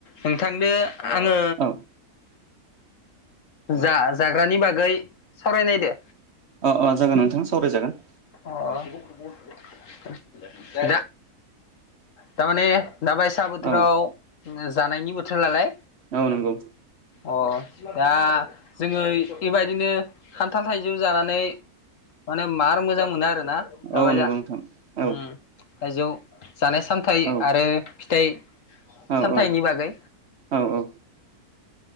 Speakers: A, on the left; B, on the right.
A: नोंथांदो आङो
B: औ
A: जा जाग्रानि बागै सावरायनायदो।
B: अ अ जागोन नोंथां सावरायजागोन।
A: अ दा दा माने माबायसा थ्राव
B: औ
A: जानायनि बोथोरालाय
B: औ नंगौ
A: अ दा जोङो बेबायदिनो खान्थाल थाइजौ जानानै माने मार मोजां मोनो आरोना दाबायजा
B: औ नंगौ नोंथां
A: उम
B: औ
A: थाइजौ जानाय सामथाइ
B: औ
A: आरो फिथाइ
B: औ
A: सामथाइनि
B: औ
A: बागै
B: औ